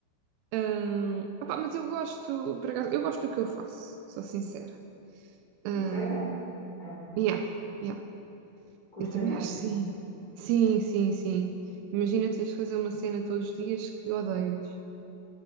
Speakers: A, on the right; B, on the left.
A: Ahm, opá, mas eu gosto, por acaso, eu gosto do que eu faço, sou sincera. Ahm,
B: Isso é bom. É bom.
A: yeah, yeah,
B: Custa
A: eu também
B: menos.
A: acho sim. Sim, sim, sim. Imagina teres que fazer uma cena todos os dias que odeias.